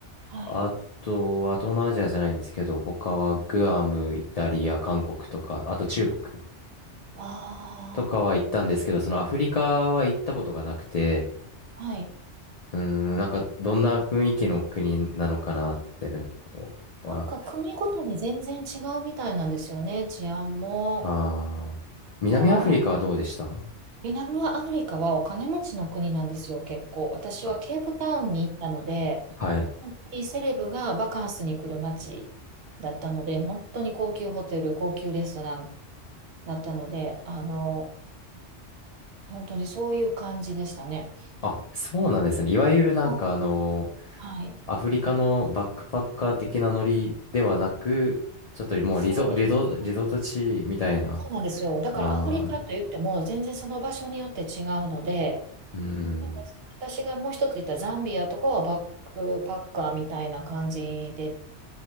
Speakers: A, on the right; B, on the left.
A: はい。
B: あとは東南アジアじゃないんですけど、他はグアム、イタリア、韓国とか、あと中国
A: あ
B: とかは行ったんですけど、そのアフリカは行ったことがなくて、
A: あ、はい。
B: うーん、なんか、どんな雰囲気の国なのかなってね、は、
A: なんか国ごとに全然違うみたいなんですよね、治安も。
B: ああ、南アフリカはどうでした
A: から、南アフリカはお金持ちの国なんですよ、結構。私はケープタウンに行ったので、
B: あはい。
A: 本当にセレブがバカンスに来る街だったので、本当に高級ホテル、高級レストランだったので、あの、本当にそういう感じでしたね。
B: あ、そうなんですね。いわゆるなんかあの、
A: あはい。
B: アフリカのバックパッカー的なノリではなく、ちょっともうリゾ、
A: そうですね。
B: リゾ、リゾート地みたいな。
A: そうなんですよ。だからアフリカと言っても、
B: ああ、
A: 全然その場所によって違うので、
B: うーん、
A: でも私がもう一つ言ったザンビアとかはバックパッカーみたいな感じで